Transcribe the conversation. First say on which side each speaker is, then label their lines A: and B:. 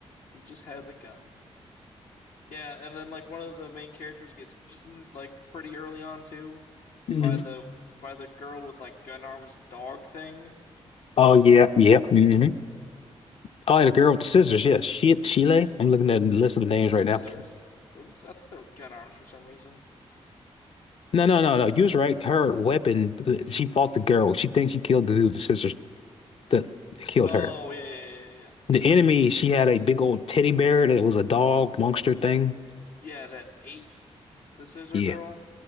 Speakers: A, on the left; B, on the left.
A: He just has a gun. Yeah, and then like one of the main characters gets eaten like pretty early on too
B: Mhm.
A: by the by the girl with like gun arms dog thing.
B: Oh yeah, yeah. hmm Oh, and the girl with the scissors. Yes, she Sheila.
A: S
B: I'm looking at the list of the names
A: scissors?
B: right now.
A: Was this? I thought they were gun arms for some reason.
B: No, no, no, no. You was right. Her weapon, the- she fought the girl. She thinks she killed the dude, the sisters that that killed
A: Oh
B: her.
A: yeah yeah yeah yeah yeah.
B: The
A: Yeah,
B: enemy, she had a big old teddy bear that was a dog monster thing.
A: Yeah, that ate the scissor
B: Yeah.
A: girl.